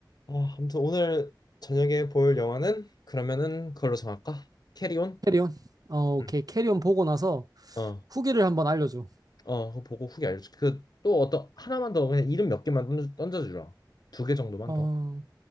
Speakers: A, on the left; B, on the right.
A: 어, 아무튼 오늘 저녁에 볼 영화는 그러면은 그걸로 정할까? 캐리온?
B: 캐리온? 어, 오케이.
A: 응.
B: 캐리온 보고 나서
A: 어,
B: 후기를 한번 알려줘.
A: 어, 그거 보고 후기 알려줄게. 그 또 어떤 하나만 더 그냥 이름 몇 개만 던져, 던져주라. 두 개 정도만
B: 어,
A: 더.